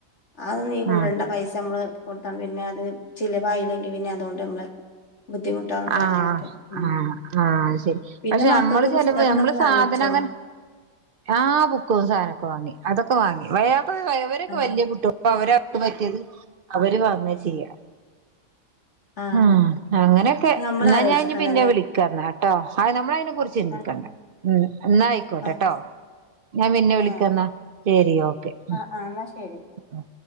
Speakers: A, on the left; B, on the right.
A: അതൊന്നും നീ കൂടണ്ട
B: ആഹ്
A: പൈസമ്മള് കൊടുത്ത പിന്നെ അത് ചിലവായില്ലെങ്കിൽ പിന്നെ അതുകൊണ്ട് നമ്മള് ബുദ്ധിമുട്ടാന്നൊക്കെ
B: ആ
A: പറഞ്ഞിട്ട് ഉം
B: ആആ ശരി
A: പിന്നെ
B: പക്ഷെ
A: മക്കൾക്ക്
B: മ്മള് ചെല്ലുമ്പേ
A: പുസ്തകം
B: മ്മള്
A: ഇതൊക്കെ
B: സാധനങ്ങനെ
A: വാങ്ങിച്ചോ
B: ആ ബുക്കും സാധനോക്കെ വാങ്ങി അതൊ ക്കു വാങ്ങി <unintelligible> പ്പ യവരൊക്കെ
A: ആഹ്
B: വലിയ കുട്ടിയൊ പ്പവരോ ക്ക് പറ്റിയത് അവര് പറഞ്ഞത് ചെയ്യാം
A: ആഹ്
B: ഉം അങ്ങനെ ക്കെ
A: നമ്മൾ
B: ന്നാ
A: ആലോചിക്കണ്ടല്ലേ
B: ഞാൻ ഇനി പിന്നെ വിളിക്കാന്നാ ട്ടോ ആ നമ്മള് അയിനെ കുറിച്ച് ചിന്തിക്കണ്ട
A: ആ
B: ഉം ന്നാ ആയിക്കോട്ടെട്ടോ
A: ഓക്കെ
B: ഞാൻ പിന്നെ വിളിക്കാന്നാ
A: ആഹ്
B: ശെരി ഓക്കെ ഉം
A: ആഹ് ആഹ് എന്നാ ശരി
B: ഉം